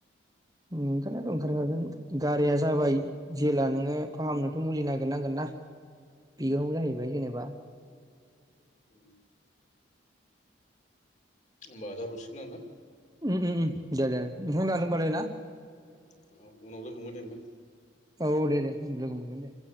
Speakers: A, on the right; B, on the left.
A: ओंखाथ' ओंखारखागोन गारिया जाबाय जेब्ला नोङो फाहामनोथ' मुलि नागिरनांगोन ना। बिगाव जाहैबाय जेनेबा।
B: उ। होमबा जाथ'सिगोना नोंथां।
A: उ उ दे दे। नोंखौ ला लबालाय ना
B: औ उनाव लोगो मोनगोन दे नोंथां
A: औ दे दे लोगो मोनगोन दे।